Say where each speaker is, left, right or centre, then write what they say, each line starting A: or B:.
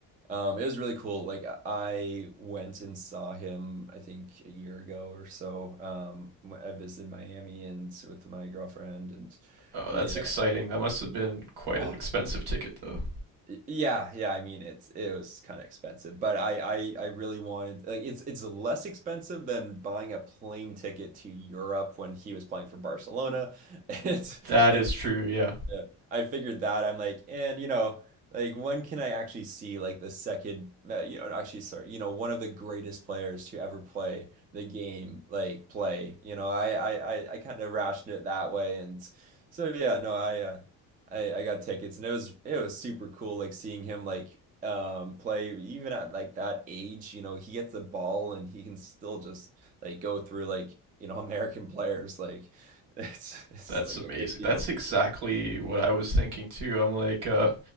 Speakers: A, on the right (about 20°); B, on the right (about 75°).
A: um it was really cool. Like, I went and saw him, I think a year ago or so. Um, I visited Miami and with my girlfriend, and
B: Oh,
A: we
B: that's exciting.
A: uh,
B: That must have been quite
A: oh,
B: an expensive ticket, though.
A: Yeah, yeah. I mean, it's it was kind of expensive, but I, I I really wanted like it's it's less expensive than buying a plane ticket to Europe when he was playing for Barcelona. <laughs> It's
B: That
A: and
B: is true, yeah.
A: yeah, I figured that. I'm like, and you know, like when can I actually see like the second, uh, you know, actually, sorry, you know, one of the greatest players to ever play the game, like play. You know, I I I, I kind of rationed it that way, and so yeah, no, I uh, I I got tickets, and it was it was super cool, like seeing him like um play even at like that age. You know, he gets the ball and he can still just like go through like you know <laughs> American players, like <laughs> it's it's
B: That's
A: like
B: amazing.
A: no big deal.
B: That's exactly what I was thinking, too. I'm like, uh,